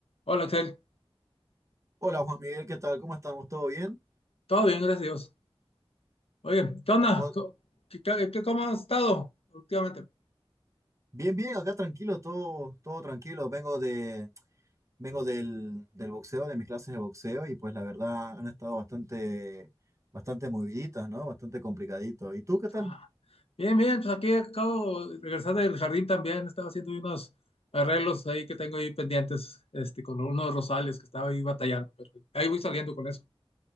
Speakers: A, on the left; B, on the right.
A: Hola, Axel.
B: Hola Juan Miguel, ¿qué tal? ¿Cómo estamos? ¿Todo bien?
A: Todo bien, gracias a Dios. Oye, ¿qué onda?
B: ¿Todo-
A: ¿Co- ¿Qué, qué- qué- cómo has estado últimamente?
B: Bien, bien, acá tranquilo, todo, todo tranquilo. Vengo de, vengo del, del boxeo, de mis clases de boxeo, y pues la verdad han estado bastante, bastante moviditas, ¿no? Bastante complicadito. ¿Y tú qué tal?
A: Ah, bien, bien, pues aquí acabo de regresar del jardín también. Estaba haciendo unos arreglos ahí que tengo ahí pendientes, este, con unos rosales que estaba ahí batallando, pero ahí voy saliendo con eso.